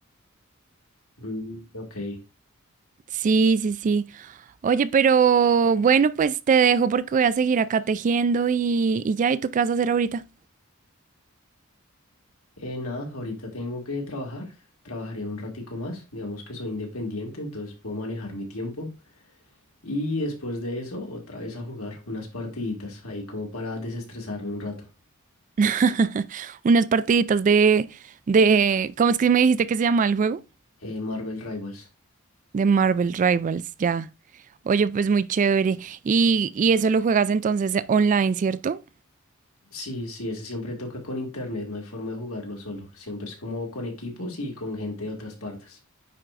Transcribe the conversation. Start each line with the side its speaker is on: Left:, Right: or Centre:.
Left: Mm, ok.
Right: Sí, sí, sí. Oye, pero bueno, pues te dejo porque voy a seguir acá tejiendo y, y ya, ¿y tú qué vas a hacer ahorita?
Left: Eh, nada, ahorita tengo que trabajar. Trabajaré un ratico más. Digamos que soy independiente, entonces puedo manejar mi tiempo. Y después de eso, otra vez a jugar unas partiditas ahí como para desestresarme un rato.
Right: <laughs> Unas partiditas de, de, ¿cómo es que me dijiste que se llama el juego?
Left: Eh, Marvel Rivals.
Right: De Marvel Rivals, ya. Oye, pues muy chévere. Y, y eso lo juegas entonces eh, online, ¿cierto?
Left: Sí, sí, ese siempre toca con internet, no hay forma de jugarlo solo. Siempre es como con equipos y con gente de otras partes.